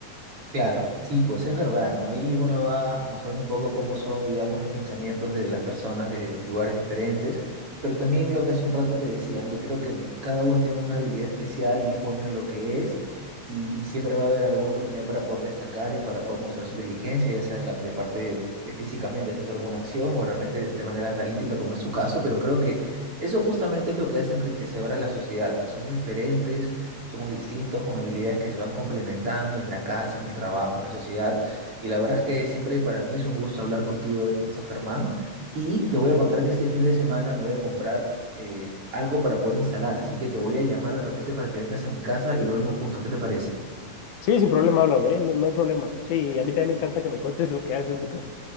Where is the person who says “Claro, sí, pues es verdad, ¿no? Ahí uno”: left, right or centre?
Right